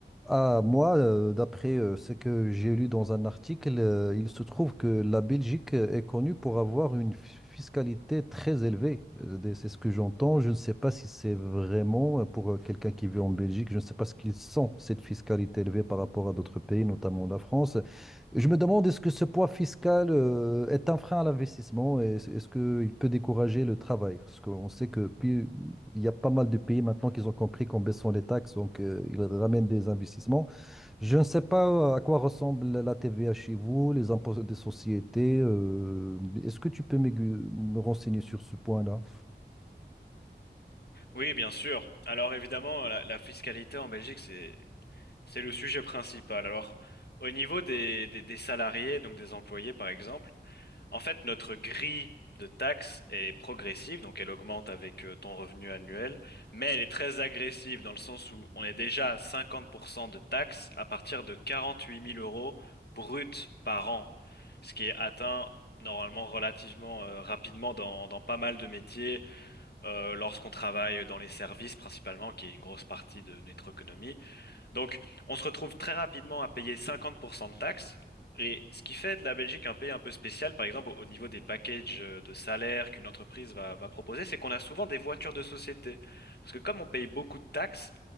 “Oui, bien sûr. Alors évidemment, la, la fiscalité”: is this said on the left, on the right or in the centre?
Left